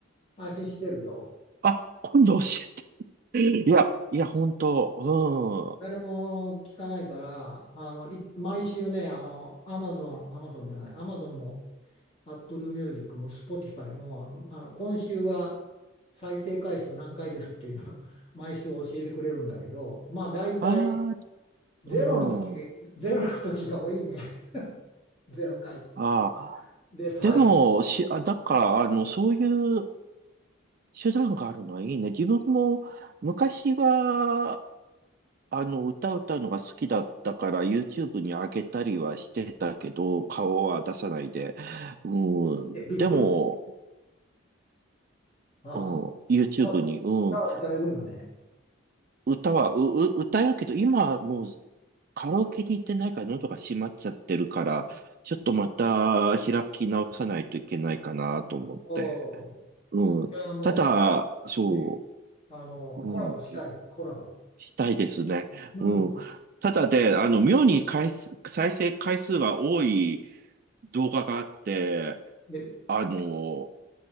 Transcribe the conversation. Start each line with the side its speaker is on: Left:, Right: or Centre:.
Left: 配信してるよ。
Right: あ、今度教えて。いや、いや、本当うん。
Left: 誰も聞かないから、あの、い毎週ね、あの、アマゾン、アマゾンじゃない、アマゾンも、アップルミュージックも、スポティファイも、あの、今週は再生回数何回ですっていうのを <laughs> 毎週教えてくれるんだけど、まあ、大体、
Right: あ
Left: ゼロの時、
Right: あ、うん。
Left: ゼロの時が多いね。<laughs> ゼロ回。
Right: ああ、
Left: で、最
Right: でも、し、あ、だからあの、そういう手段があるのはいいね。自分も昔は、あの、歌歌うのが好きだったから YouTube に上げたりはしてたけど、顔は出さないで。うん、
Left: 低、びっくり。
Right: でも、
Left: あ
Right: うん、YouTube
Left: あ、
Right: に、うん、
Left: 歌を歌えるんだね。
Right: 歌は、う、う歌えるけど、今はもうカラオケに行ってないから喉が閉まっちゃってるから、ちょっとまた開き直さないといけないかなと思って。
Left: おお
Right: うん、
Left: それはも
Right: ただ、そ
Left: う、ねあの、
Right: う、うん。
Left: コラボしたいね、コラボ。
Right: したいですね。
Left: うん。
Right: うん。ただで、あの、妙に回数、再生回数が多い動画があって、
Left: で、
Right: あの、